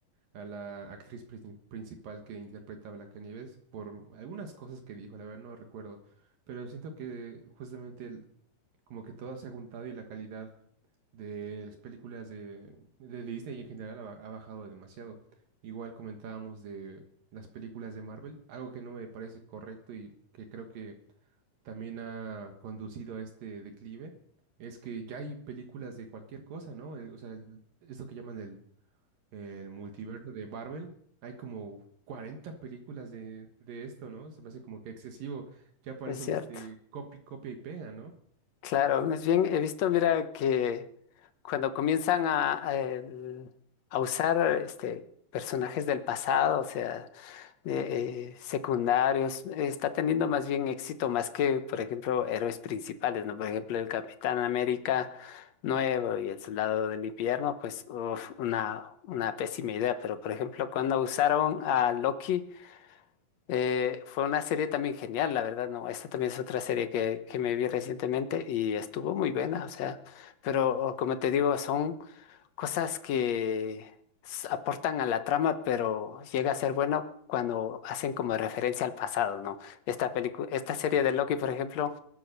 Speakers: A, on the right; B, on the left.
A: a la actriz princi- principal que interpreta a Blancanieves por algunas cosas que dijo, la verdad no recuerdo, pero siento que justamente el- como que todo se ha juntado y la calidad de las películas de, de Disney en general ha, ba- ha bajado demasiado. Igual comentábamos de las películas de Marvel, algo que no me parece correcto y que creo que también ha conducido a este declive. Es que ya hay películas de cualquier cosa, ¿no? Eh, O sea, el- esto que llaman el el multiverso de Marvel. Hay como 40 películas de, de esto, ¿no? Se me hace como que excesivo. Ya aparecen
B: Es cierto.
A: este copy, copia y pega, ¿no?
B: Claro, más bien he visto, mira, que cuando comienzan a, a el- a usar este, personajes del pasado, o sea, eh, eh, secundarios, está teniendo más bien éxito más que, por ejemplo, héroes principales, ¿no? Por ejemplo, el Capitán América nuevo y el Soldado del Invierno, pues, uf, una, una pésima idea, pero por ejemplo, cuando usaron a Loki, eh, fue una serie también genial, la verdad, ¿no? Esta también es otra serie que, que me vi recientemente y estuvo muy buena, o sea, pero como te digo, son cosas que s- aportan a la trama, pero llega a ser bueno cuando hacen como referencia al pasado, ¿no? Esta película, esta serie de Loki, por ejemplo,